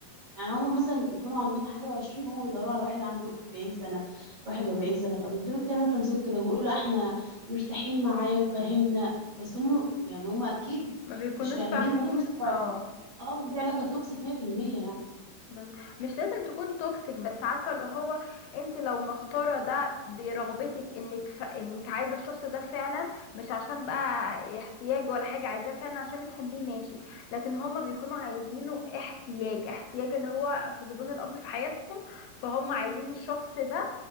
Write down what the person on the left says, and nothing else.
ما بيكونوش
فاهمين
اه
بس- مش لازم تكون توكسيك بس عارفه اللي هو انت لو مختاره ده برغبتك انك ف... انك عايزه الشخص ده فعلا مش عشان بقى احتياج ولا حاجه عايزاه فعلا عشان بتحبيه ماشي لكن هما بيكونوا عايزينه احتياج احتياج اللي هو فقدان الاب في حياتهم فهم عايزين الشخص ده